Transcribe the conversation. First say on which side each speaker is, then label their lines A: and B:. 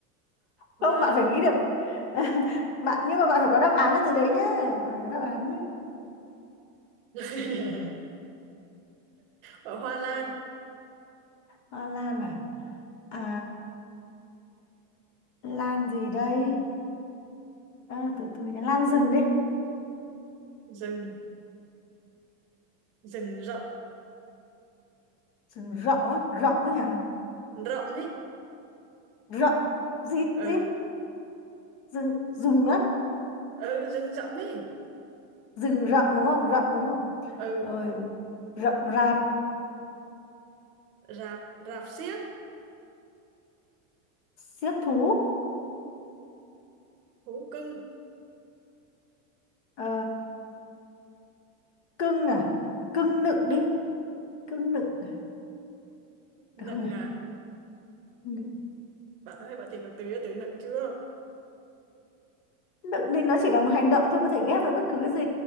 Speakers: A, on the right; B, on the left.
A: Hoa.
B: không bạn phải nghĩ được <laughs> bạn nhưng mà bạn phải có đáp án từ đấy nhé bạn phải có đáp án nhé
A: <laughs> Hoa lan.
B: hoa lan à à lan gì đây à, từ từ nhá lan rừng đi
A: Rừng rừng rộng
B: rừng rộng á rộng ấy hả
A: rộng ấy
B: rộng gì
A: ừ
B: gì rừng rừng á
A: ừ rừng rộng ấy
B: rừng rậm đúng không rậm đúng không
A: ừ
B: rồi rậm rạp
A: rạp rạp xiếc
B: xiết thú
A: thú cưng
B: Ờ, cưng à cưng nựng đi cưng nựng à?
A: nựng
B: được không nhỉ
A: à
B: nựng
A: bạn ơi bạn tìm được từ cho từ nựng chưa
B: Nựng thì nó chỉ là một hành động thôi có thể ghép với bất cứ cái gì